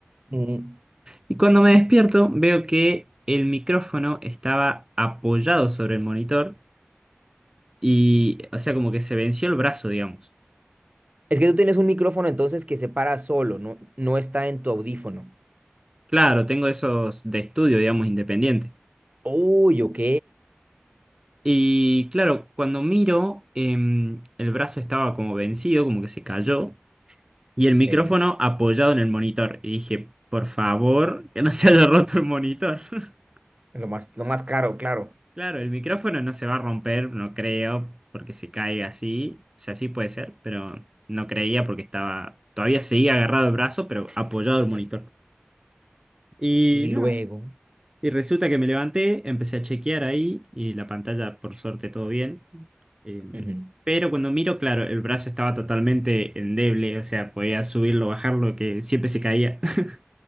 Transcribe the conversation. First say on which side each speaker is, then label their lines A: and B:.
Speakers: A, on the right; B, on the right.
A: Mm.
B: Y cuando me despierto, veo que el micrófono estaba apoyado sobre el monitor y, o sea, como que se venció el brazo, digamos.
A: Es que tú tienes un micrófono entonces que se para solo, no, no está en tu audífono.
B: Claro, tengo esos de estudio, digamos, independientes.
A: Uy, ok.
B: Y claro, cuando miro, em, el brazo estaba como vencido, como que se cayó, y el micrófono
A: Sí,
B: apoyado en el monitor. Y dije, por favor, que no se haya roto el monitor. <laughs>
A: lo más, lo más caro, claro.
B: Claro, el micrófono no se va a romper, no creo, porque se cae así. O sea, sí puede ser, pero no creía porque estaba, todavía seguía agarrado el brazo, pero apoyado el monitor.
A: sí.
B: Y
A: Y
B: nada,
A: luego.
B: Y resulta que me levanté, empecé a chequear ahí y la pantalla, por suerte, todo bien. Eh,
A: ujú.
B: pero cuando miro, claro, el brazo estaba totalmente endeble, o sea, podía subirlo, bajarlo, que siempre se caía. <laughs>